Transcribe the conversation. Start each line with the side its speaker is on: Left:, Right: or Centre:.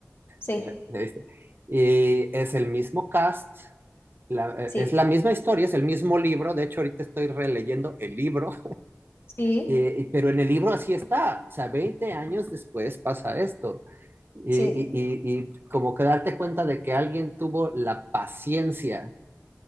Left: Sí,
Right: si la- la viste. Y es el mismo cast, la- eh,
Left: sí,
Right: es la misma historia, es el mismo libro. De hecho, ahorita estoy releyendo el libro
Left: sí,
Right: Eh, pero en el libro así está, o sea, 20 años después pasa esto. Y,
Left: sí,
Right: y- y- y como que darte cuenta de que alguien tuvo la paciencia